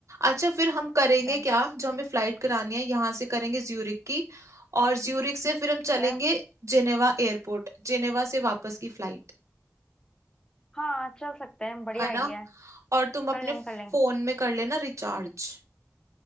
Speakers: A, on the right; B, on the left.
A: अच्छा फिर हम करेंगे
B: डन
A: क्या जो हमें फ्लाइट करानी है यहाँ से करेंगे ज्यूरिक की और ज्यूरिक से फिर हम
B: ठीक
A: चलेंगे
B: है
A: जिनेवा एयरपोर्ट जिनेवा से वापस की फ्लाइट
B: हाँ चल सकते हैं बढ़िया
A: है
B: आइडिया
A: ना
B: है
A: और तुम अपने
B: कर लेंगे कर लेंगे
A: फोन में कर लेना रिचार्ज